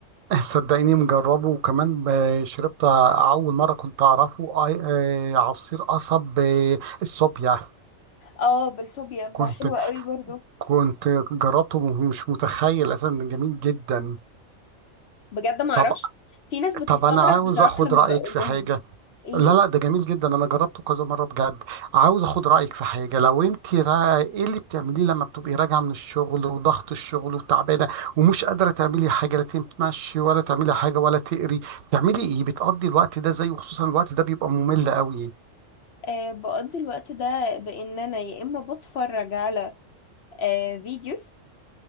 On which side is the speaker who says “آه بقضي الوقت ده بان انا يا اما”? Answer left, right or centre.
Left